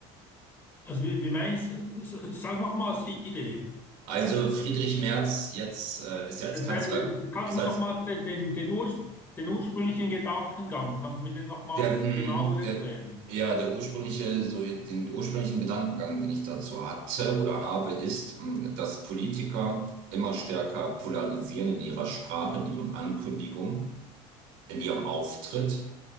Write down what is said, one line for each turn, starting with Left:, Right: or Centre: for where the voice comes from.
Left: also wie, wie meinst du, Sag noch mal die Idee.
Right: Also Friedrich Merz jetzt äh, ist ja als
Left: Da- Kannst
Right: Kanzler,
Left: du
Right: ist
Left: mir
Right: als
Left: noch mal den, den, den, Urs, den ursprünglichen Gedankengang, kannst du mir den nochmals
Right: Der, mm,
Left: genauer
Right: der,
Left: erklären?
Right: ja, der ursprüngliche, so den ursprünglichen Gedankengang, den ich dazu hatte oder habe, ist, mm, dass Politiker immer stärker polarisieren in ihrer Sprache, in ihren Ankündigungen, in ihrem Auftritt